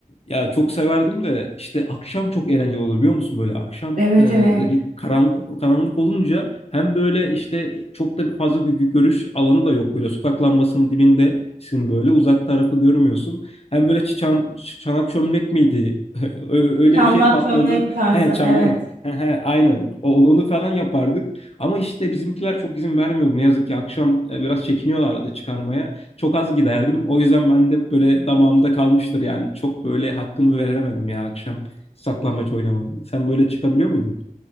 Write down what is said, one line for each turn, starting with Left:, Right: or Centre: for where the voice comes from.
Left: Ya çok severdim de işte akşam çok eğlenceli oluyor biliyor musun böyle akşam
Right: Evet
Left: e,
Right: evet.
Left: karan, karanlık olunca hem böyle işte çok da fazla gö- gö- görüş alanı da yok böyle sokak lambasının dibindesin böyle uzak tarafı görmüyorsun hem böyle çi- çam, ç- çanak çömlek miydi <laughs> Ö- öyle
Right: Çamlak
Left: bir şey patladı
Right: çömlek tarzı.
Left: he çamlak
Right: Evet.
Left: he he aynen O- onu onu falan yapardık ama işte bizimkiler çok izin vermiyordu ne yazık ki akşam e, biraz çekiniyorlardı çıkarmaya. Çok az giderdim. O yüzden ben de böyle damağımda kalmıştır yani. Çok böyle hakkını veremedim ya akşam saklambaç oynamanın. Sen böyle çıkabiliyor muydun?